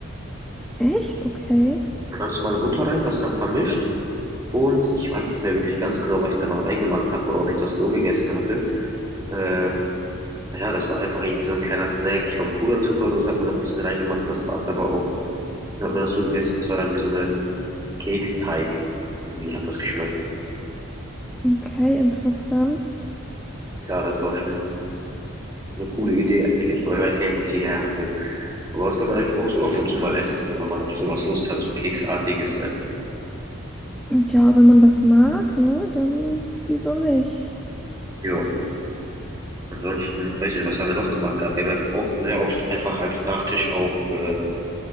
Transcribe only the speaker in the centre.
Echt? Okay.
Okay, interessant.
Ja, wenn man das mag, ne, dann wieso nicht?